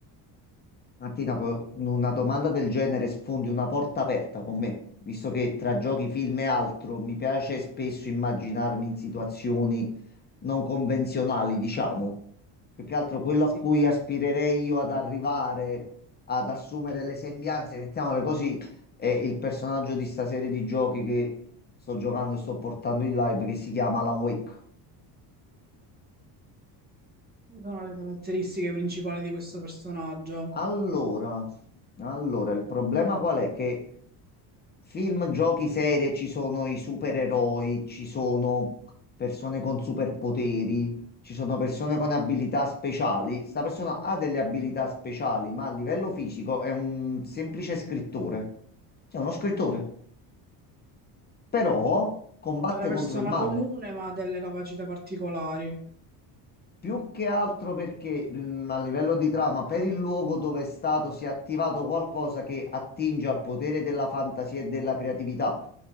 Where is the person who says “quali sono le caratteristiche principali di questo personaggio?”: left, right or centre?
Right